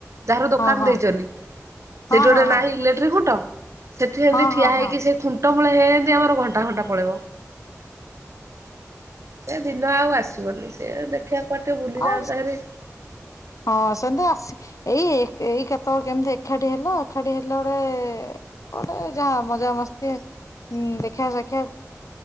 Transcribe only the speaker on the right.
ଯାହାର ଦୋକାନ
ଦେଇଛି ସେଠି
ଗୋଟେ
ନାହିଁ
ଇଲେକ୍ଟ୍ରିକ ଖୁଣ୍ଟ ସେଠି ଏମିତି
ଠିଆ
ହେଇକି
ସେ ଖୁଣ୍ଟ ମୁଳରେ ଳେତି ଆମର ଘଣ୍ଟ ଅଧା ଘଣ୍ଟା ପଳେଇବ ସେ ଦିନ ଆଉ ଆସିବନି ସେ ଦେଖିବା କୁଆଡେ ଟିକେ ବୁଲି ଯାଆନ୍ତା
ହେରି